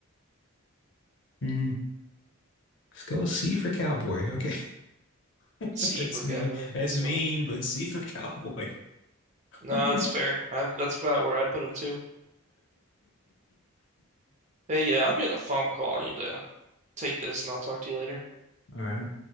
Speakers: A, on the left (about 55°); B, on the right (about 35°).
A: mm, let's go C for Cowboy. Okay. <laughs>
B: C
A: That's
B: for Cowboy.
A: me. That's
B: That's
A: mean,
B: funny.
A: but C for Cowboy. <laughs>
B: No, that's fair. I, that's about where I'd put him too. Hey, yeah, I'm getting a phone call. I need to take this, and I'll talk to you later.
A: All right.